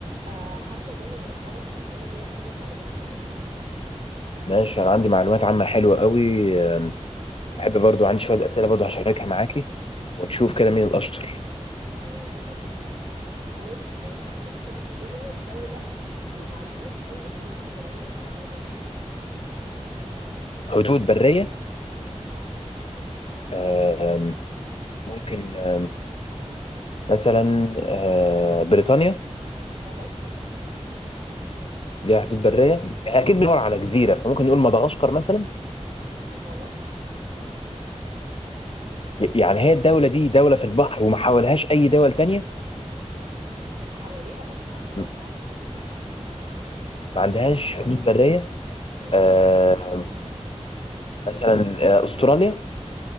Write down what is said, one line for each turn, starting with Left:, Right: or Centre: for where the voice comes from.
Right: آه حمزة جاهز أسألك أسئلة كده اختبر معلوماتك العامة
Left: ماشي انا عندي معلومات عامة حلوة قوي أم، احب برضو عندي شوية اسئلة برضو هشاركها معاكي ونشوف كده مين الاشطر
Right: تمام تحفة أول سؤال هسأله لك إيه هي الدولة اللي ما عندهاش أي حدود برية مع دولة تانية
Left: حدود برية
Right: اه
Left: أم، ممكن أه، مثلا أه، بريطانيا
Right: غلط
Left: ليها حدود برية احنا اكيد بندور على جزيرة فممكن نقول مدغشقر مثلا
Right: غلط
Left: ي- يعني هي الدولة دي دولة في البحر وما حاولهاش اي دول تانية
Right: حواليها بس ما عندهاش
Left: م-
Right: معاهم حدود برية
Left: ما عندهاش حدود برية
Right: امم
Left: أم، مثلا أه، استراليا